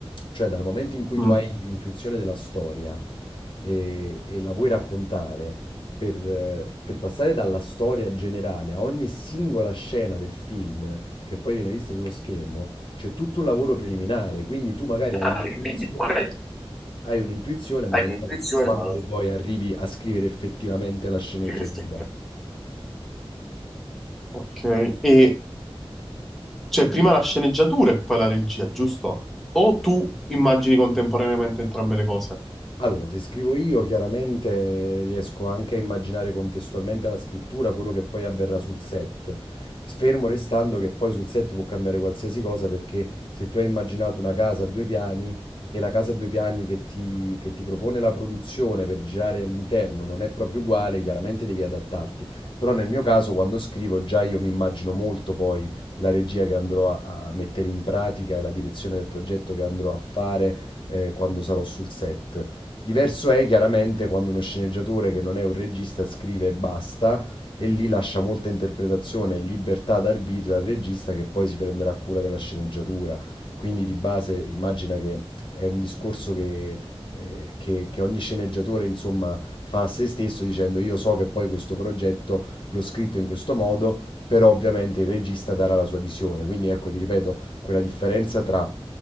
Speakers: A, on the left; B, in the centre.
A: Cioè dal momento in cui
B: mm,
A: tu hai l'intuizione della storia e, e la vuoi raccontare, per, eh, per passare dalla storia generale a ogni singola scena del film che poi viene vista sullo schermo, c'è tutto un lavoro preliminare. Quindi tu magari hai
B: Ah,
A: un inizio.
B: quindi poi
A: Hai un'intuizione, ma
B: hai
A: non
B: l'intuizione,
A: sai quando
B: ma non
A: poi arrivi a scrivere effettivamente la sceneggiatura.
B: devi effettivamente. ok. E c'è prima la sceneggiatura e poi la regia, giusto? O tu immagini contemporaneamente entrambe le cose?
A: Allora, se scrivo io, chiaramente riesco anche a immaginare contestualmente alla scrittura quello che poi avverrà sul set. Fermo restando che poi sul set può cambiare qualsiasi cosa, perché se tu hai immaginato una casa a due piani e la casa a due piani che ti, che ti propone la produzione per girare all'interno non è proprio uguale, chiaramente devi adattarti. Però nel mio caso, quando scrivo, già io mi immagino molto poi la regia che andrò a, a mettere in pratica e la direzione del progetto che andrò a fare eh, quando sarò sul set. Diverso è chiaramente quando uno sceneggiatore che non è un regista scrive e basta, e lì lascia molta interpretazione e libertà d'arbitrio al regista che poi si prenderà cura della sceneggiatura. Quindi di base immagina che è un discorso che, eh, che- che ogni sceneggiatore insomma fa a se stesso dicendo io so che poi questo progetto l'ho scritto in questo modo, però ovviamente il regista darà la sua visione. Quindi ecco, ti ripeto, quella differenza tra